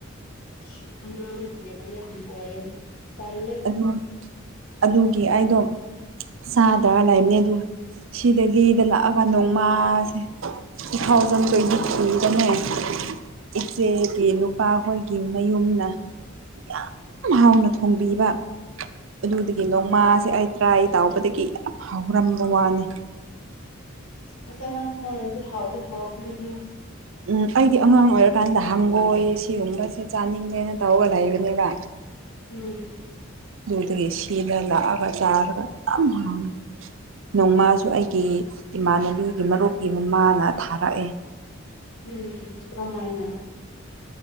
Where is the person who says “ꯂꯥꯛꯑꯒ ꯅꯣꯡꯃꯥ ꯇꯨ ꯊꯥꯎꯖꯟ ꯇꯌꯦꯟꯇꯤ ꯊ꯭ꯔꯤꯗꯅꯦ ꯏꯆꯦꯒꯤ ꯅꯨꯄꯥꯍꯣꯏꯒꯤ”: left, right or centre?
Right